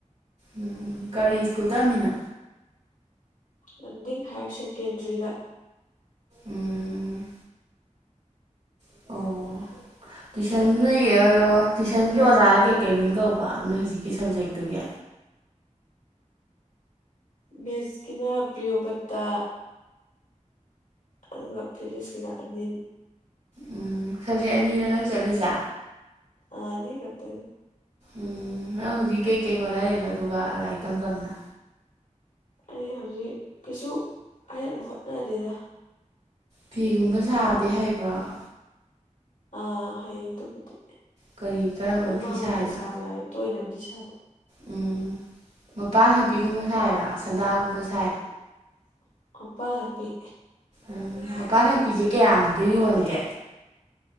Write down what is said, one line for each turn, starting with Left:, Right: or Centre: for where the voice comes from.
Right: ꯎꯝ ꯀꯔꯤ ꯁ꯭ꯀꯨꯜ ꯇꯝꯃꯤꯅꯣ
Left: ꯂꯝꯗꯤꯡ ꯍꯥꯌꯔ ꯁꯦꯀꯦꯟꯗ꯭ꯔꯤꯗ
Right: ꯎꯝ <unintelligible> ꯇꯨꯏꯁꯟ ꯅꯣꯏ ꯑꯗꯣ ꯇꯨꯏꯁꯟꯒꯤ ꯑꯣꯖꯥꯅ ꯀꯩꯀꯩ ꯃꯤꯡ ꯀꯧꯕ ꯅꯣꯏ ꯍꯧꯖꯤꯛꯀꯤ ꯁꯞꯖꯦꯛꯇꯨꯒꯤ
Left: ꯃꯦꯁꯀꯤꯅ ꯄ꯭ꯔꯤꯌꯣꯕꯇꯥ ꯑꯗꯨꯒ ꯐꯤꯖꯤꯛꯁꯀꯤꯅ ꯑꯅꯤ
Right: ꯎꯝ ꯁꯕꯖꯦꯛ ꯑꯅꯤꯔ ꯅꯪ ꯆꯠꯂꯤꯖꯥ
Left: ꯑꯥꯅꯤ ꯈꯇ
Right: ꯎꯝ ꯍꯧꯖꯤꯛ ꯀꯩꯀꯩ ꯍꯣꯠꯅꯔꯤꯕ ꯑꯗꯨꯒ ꯂꯥꯏꯔꯤꯛ ꯇꯝ ꯇꯝꯅ
Left: ꯑꯩ ꯍꯧꯖꯤꯛ ꯀꯩꯁꯨ ꯑꯌꯥꯝꯕ ꯍꯣꯠꯅꯗꯦꯗ
Right: ꯐꯤꯒꯨꯝꯕ ꯁꯥꯕꯗꯤ ꯍꯩꯕꯔꯣ
Left: ꯑꯥ ꯍꯩ ꯑꯗꯨꯕꯨꯗꯤ
Right: ꯀꯔꯤ ꯀꯔꯝꯕ
Left: ꯑꯗꯨꯝ
Right: ꯐꯤ
Left: ꯃꯔꯛ
Right: ꯁꯥꯏꯅꯣ
Left: ꯃꯔꯛꯇ ꯁꯥꯕ ꯌꯥꯎꯋꯤ ꯇꯣꯏꯅꯕꯨꯗꯤ ꯁꯥꯗꯦ
Right: ꯎꯝ ꯃꯄꯥꯟ ꯍꯛꯄꯤꯒꯨꯝꯕ ꯁꯥꯏꯔꯣ ꯁꯗꯥꯒꯨꯝꯕ ꯁꯥꯏ
Left: <unintelligible> ꯄꯤꯛꯏ
Right: ꯎꯝ ꯃꯄꯥꯟ ꯍꯛꯄꯤꯁꯦ ꯀꯌꯥꯃꯨꯛꯇ ꯌꯣꯟꯒꯦ